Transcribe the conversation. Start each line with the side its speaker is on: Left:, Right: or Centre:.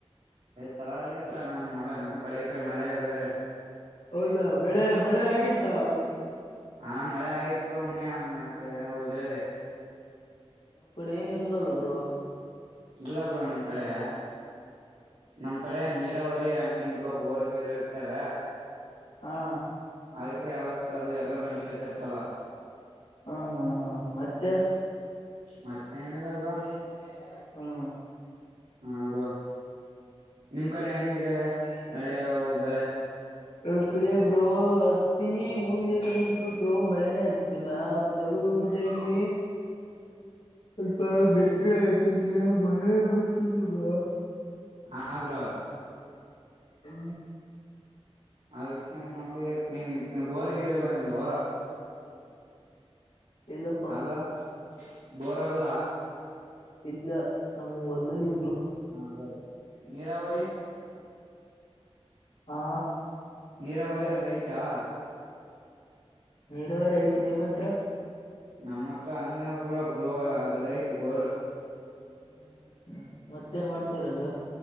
Right: ಚಲೋ ಇದೆ ಕ್ಕ ನಮ್ - ನಮ್ ಕಡೆ ಈ ಕಡೆ ಮಳೆ ಬೆಳೆ.
Left: ಹೌದಾ ಬೆಳೆ ಮಳೆ ಆಗಿತ್ತಾ.
Right: ಹಾ ಮಳೆ ಆಯ್ತ ಮೂಮ್ನೆ ಒಂದ ನಾಕ ಉದ್ರದೆ.
Left: ನಮ್ಮ ಕಡೆ ಏನ್ ಇಲ್ವಲ್ಲ ಬ್ರೋ.
Right: ಇಲ್ಲಾ ಬ್ರೋ ನಿಮ್ಮ ಕಡೆ ನಮ್ಮ ಕಡೆ ನೀರ್. ನಿರಾವರಿ ಹಂಗ ಹಿಂಗ ಬೋರ್ ಗಿರು ಇರ್ತವ.
Left: ಹಾ
Right: ಅದಕ್ಕೆ ಯಾವಸ್ಥೆ ಅದು ಎಲ್ಲಾ ನೋಡ್ಕತರ್ಸಲಾ.
Left: ಹಾ ಹಾ ಹಾ ಮತ್ತೆ.
Right: ಮತ್ತೆ ಏನಲ್ಲ ಬ್ರೋ.
Left: ಏ ಏ ಹಾ
Right: ಹಾ ಬ್ರೋ ನಿಮ್ಮ ಕಡೆ ಹೆಂಗಿದ್ದೇವೆ ಮಳೆ ಅವು ಬೆಳೆ.
Left: ನಮ್ಮ ಕಡೆ ಬ್ರೋ ಹತ್ತಿ ಹೊ ಹಿರಿದಿದೆ ಬ್ರೋ ಮಳೆನೇ ಆಯತಿಲ್ಲಾ. ತಗಡು ಉದ್ದಡಿಗೆ.
Right: ಟಕ್ ಟಕ್
Left: ಸ್ವಲ್ಪ ಮಿಲ್ಟ್ರಿ ಅಕ್ಕೆತ್ರಾ ಭಯಾ ಬರ್ತದ ರಿ ಭಯಾ.
Right: ಹಾ ಬ್ರೋ.
Left: ಹು
Right: ಅದಕ್ಕೆನ್ ನೋಡಿಮೇಗೇನ್ ಬೋರ್ಗೇರಿ ಇಲ್ಲಾ ನಿಂಬು
Left: ಇಲ್ಲಪ್ಪಾ
Right: ಹಾ ಬ್ರೋ ಬೋರ ಆಗುಲ್ಲ.
Left: ಇಲ್ಲಾ ನಮ್ಮ ಹೊಲದಲ್ಲಿ.
Right: ಹಾ ಬ್ರೋ ನೀರಾವರಿ.
Left: ಹಾ
Right: ನೀರಾವರಿ ಅದ ಐತಾ.
Left: ನೀರಾವರಿ ಐತಿ ನಿಮ್ಮ ಹತ್ರ.
Right: ನಮ್ಮ ಹತ್ರ ಅನ್ನ ಬ್ರೋ ಬ್ರೋ ಅದಐತಿ ಬೋರ.
Left: ಹು ಹು ಹು ಮತ್ತೇನ ಮಾಡ್ತಿರದು.